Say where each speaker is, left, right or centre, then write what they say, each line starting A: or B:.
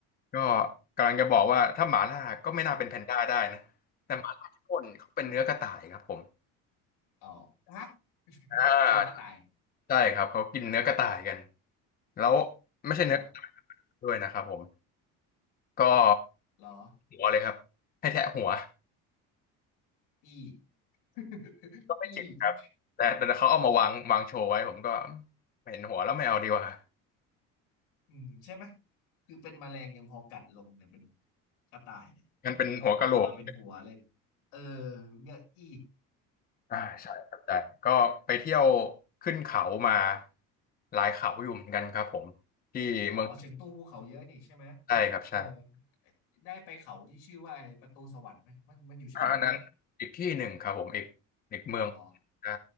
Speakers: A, on the left; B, on the left.
A: ก็กำลังจะบอกว่าถ้าหมาล่าก็ไม่น่าเป็นแพนด้าได้นะแต่หมาล่าที่พ่นเขาเป็นเนื้อกระต่ายครับผม
B: อ๋อฮะ <laughs>
A: อ่า
B: เนื้อกระต่าย
A: ใช่ครับเขากินเนื้อกระต่ายกันแล้วไม่ใช่เนื้อกระต่าย
B: อ๋อ
A: ด้วยนะครับผมก็
B: เหรอ
A: หัวเลยครับให้แทะหัว
B: อี <laughs>
A: ก็ไม่จิบครับแต่แต่เขาเอามาวางวางโชว์ไว้ผมก็
B: ที่
A: เห็นหัวแล้วไม่เอาดีกว่า
B: อืมใช่ไหม คือเป็นแมลงยังพอกัดลงเนี่ยเป็นกระต่ายเนี่ย
A: มันเป็นหัวกะโหลก
B: พอกมาเป็นหัวเลยเออเยอะอี
A: อ่าใช่ครับแต่ก็ไปเที่ยวขึ้นเขามาหลายเขาอยู่เหมือนกันครับผมที่เมือง
B: อ๋อเฉิงตูภูเขาเยอะนี่ใช่ไหม
A: ใช่ครับใช่
B: เออได้ไปเขาที่ชื่อว่าอะไรประตูสวรรค์ไหมมันมันอยู่เฉิงตูไหม
A: อ่าอันนั้นอีกที่หนึ่งครับผมอีกอีกเมือง
B: อ๋อเหรอ
A: ใช่